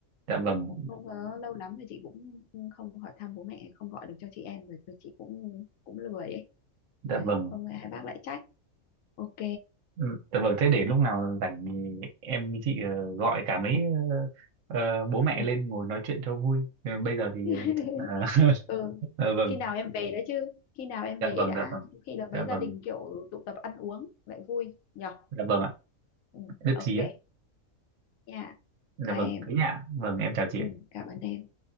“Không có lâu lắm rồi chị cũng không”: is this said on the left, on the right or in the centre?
Left